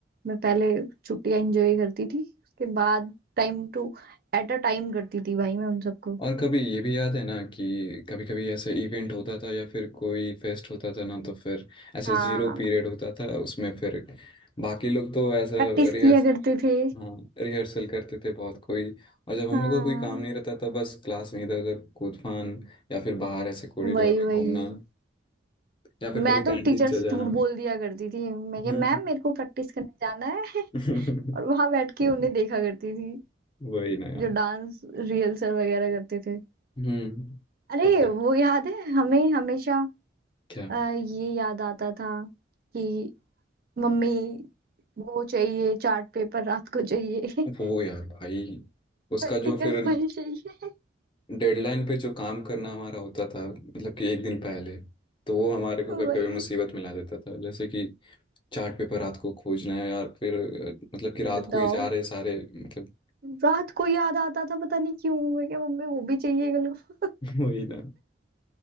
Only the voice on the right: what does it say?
मैं पहले छुट्टियां एंजॉय करती थी उसके बाद time two at a time करती थी भाई मैं उन सबको
हाँ
प्रैक्टिस
किया करते थे
हाँ
वही
वही
मैं
तो टीचर से
झूठ बोल दिया करती थी मैं क्या
मैम मेरे को प्रैक्टिस करने जाना है
<laughs> और वहां बैठ के उन्हें देखा करती थी
जो डांस रिहर्सल वगैरह करते थे
अरे
वो याद है हमें हमेशा
अ, ये याद आता था कि मम्मी वो चाहिए चार्ट पेपर रात को चाहिए <laughs>
प्रैक्टिकल
फाइल चाहिए
<laughs> भाई
बताओ
रात को याद आता था पता नहीं क्यों मैं क्या मम्मी वो भी चाहिए मेरे को